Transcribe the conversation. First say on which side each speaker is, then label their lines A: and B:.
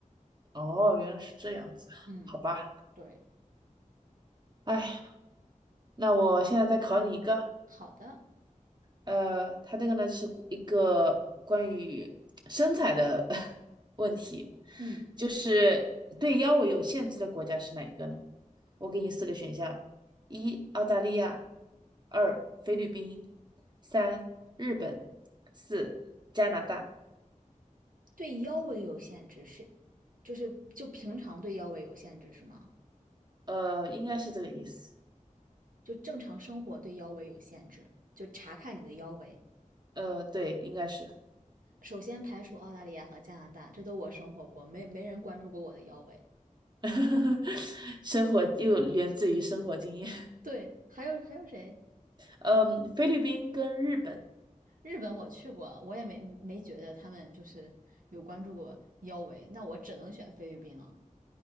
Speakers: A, on the right (about 30°); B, on the right (about 85°).
A: 哦，原来是这样子，
B: 嗯，
A: 好吧。
B: 对，
A: 哎，那我现在再考你一个，
B: 好的，
A: 呃，他这个呢是一个关于身材的 <laughs> 问题，
B: 嗯。
A: 就是对腰围有限制的国家是哪一个呢？我给你四个选项：一、澳大利亚；二、菲律宾；三、日本；四、加拿大。
B: 对腰围有限制是，就是就平常对腰围有限制是吗？
A: 呃，应该是这个意思。
B: 就正常生活对腰围有限制，就查看你的腰围。
A: 呃，对，应该是。
B: 首先排除澳大利亚和加拿大，这都我生活过，没没人关注过我的腰围。
A: <laughs> 生活又源自于生活经验。
B: 对，还有还有谁？
A: 嗯，菲律宾跟日本
B: 日本我去过，我也没没觉得他们就是有关注过腰围，那我只能选菲律宾了。